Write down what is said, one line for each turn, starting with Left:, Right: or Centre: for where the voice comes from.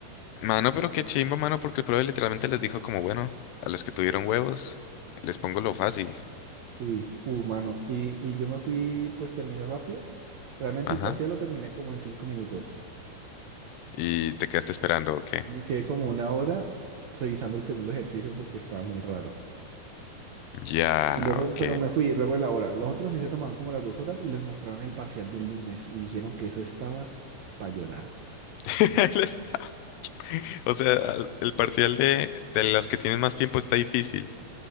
Left: Mano, pero qué chimba, mano, porque el profe literalmente les dijo como, bueno, a los que tuvieron huevos, les pongo lo fácil.
Right: Sí, humano. Y, y yo me fui, pues terminé rápido. Realmente
Left: Ajá.
Right: el parcial lo terminé como en cinco minutos.
Left: Y te quedaste esperando, ok.
Right: Me quedé como una hora revisando el segundo ejercicio porque estaba muy raro.
Left: Ya,
Right: Y luego,
Left: ok.
Right: pero me fui luego de la hora. Los otros sí se tomaron como las dos horas y les mostraron el parcial del lunes y dijeron que eso estaba para llorar.
Left: <laughs> Él está- O sea, al- el parcial de, de los que tienen más tiempo está difícil.